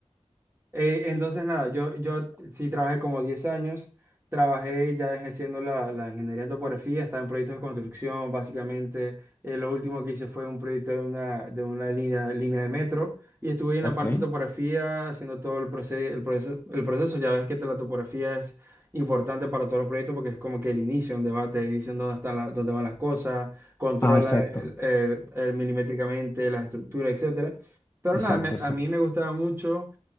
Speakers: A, on the right; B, on the left.
A: Eh, entonces, nada, yo, yo sí trabajé como 10 años, trabajé ya ejerciendo la, la ingeniería en topografía, estaba en proyectos de construcción, básicamente. Eh, lo último que hice fue un proyecto de una, de una línea, línea de metro y estuve ahí en
B: Ok.
A: la parte de topografía haciendo todo el proceso, el proceso, el proceso. Ya ves que la topografía es importante para todos los proyectos porque es como que el inicio, donde va, te dicen dónde están las, dónde van las cosas, controla
B: Ah, exacto.
A: el- el- el milimétricamente las estructuras, etcétera. Pero
B: Exacto,
A: nada, me-
B: exacto.
A: a mí me gustaba mucho